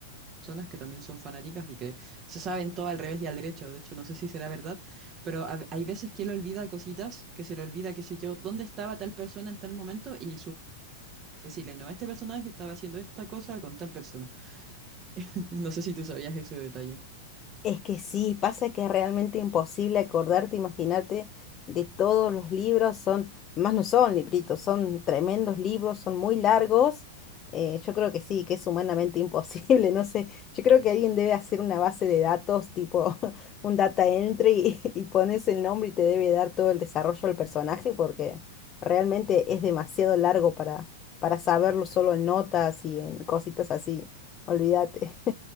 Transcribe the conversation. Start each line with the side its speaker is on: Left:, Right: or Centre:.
Right: personas que también son fanáticas y que se saben todo al revés y al derecho. De hecho, no sé si será verdad, pero hab- hay veces que él olvida cositas, que se le olvida, qué sé yo, dónde estaba tal persona en tal momento y su decirle, no, este personaje estaba haciendo esta cosa con tal persona. <laughs> No sé si tú sabías ese detalle.
Left: Es que sí, pasa que es realmente imposible acordarte, imaginarte de todos los libros, son, más no son libritos, son tremendos libros, son muy largos. eh, yo creo que sí, que es humanamente imposible, <laughs> no sé, yo creo que alguien debe hacer una base de datos, tipo <laughs> un data entry y, y pones el nombre y te debe dar todo el desarrollo del personaje porque realmente es demasiado largo para, para saberlo solo en notas y en cositas así, olvídate.